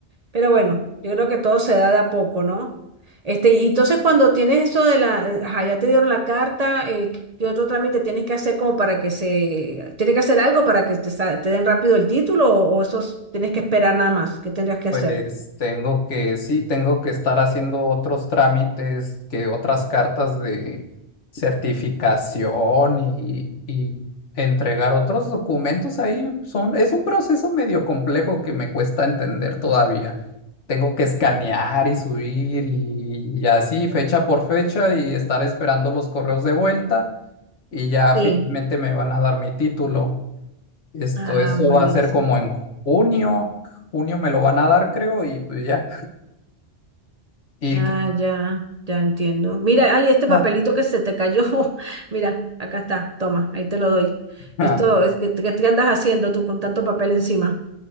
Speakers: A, on the right; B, on the left.
A: Pero bueno, yo creo que todo se da de a poco, ¿no? Este, y entonces cuando tienes eso de la, eh, ajá, ya te dieron la carta, eh, ¿qué otro trámite tienes que hacer como para que se, tienes que hacer algo para que te, sa- te den rápido el título o, o eso es- tienes que esperar nada más? ¿Qué tendrías que
B: Pues
A: hacer?
B: tengo que, sí, tengo que estar haciendo otros trámites, que otras cartas de certificación y, y entregar otros documentos ahí. Son, es un proceso medio complejo que me cuesta entender todavía. Tengo que escanear y subir y, y así, fecha por fecha, y estar esperando los correos de vuelta y ya
A: Sí.
B: finalmente me van a dar mi título. Esto,
A: Ah,
B: eso
A: buenísimo.
B: va a ser como en junio. Junio me lo van a dar, creo, y pues ya. Y
A: Ah,
B: qué-
A: ya, ya entiendo. Mira, ay, este papelito
B: Ah,
A: que se te cayó. <laughs> Mira, acá está, toma, ahí te lo doy.
B: <laughs>
A: Esto, es, ¿qué, qué qué andas haciendo tú con tanto papel encima?